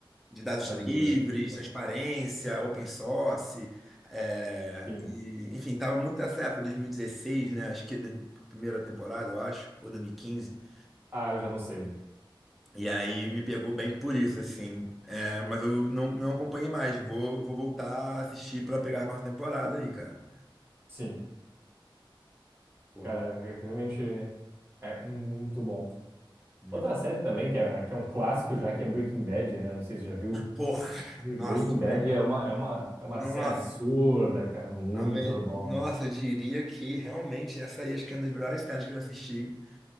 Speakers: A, in the centre; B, on the right.
A: de dados
B: Sabe
A: livres,
B: segurança?
A: transparência, open source, é,
B: Sim.
A: e, enfim, estava muito nessa época, 2016, né? Acho que do- a primeira temporada, eu acho, ou 2015. E quinze.
B: Ah, eu já não sei.
A: E aí me pegou bem por isso, assim. É, mas eu não, não acompanhei mais. Vou, vou voltar a assistir para pegar a quarta temporada aí, cara.
B: Sim.
A: Porra,
B: Cara,
A: muito,
B: é, realmente é muito bom.
A: muito.
B: Outra série também que é, que é um clássico já, que é Breaking Bad, né? Não sei se você já viu.
A: Porra, <laughs>
B: Breaking
A: nossa,
B: Bad
A: aí,
B: é
A: eu-
B: uma, é uma, é uma
A: nossa.
B: série absurda, cara, muito
A: a me-
B: bom,
A: Nossa,
B: né?
A: eu diria que realmente essa aí acho que é uma das melhores séries que eu assisti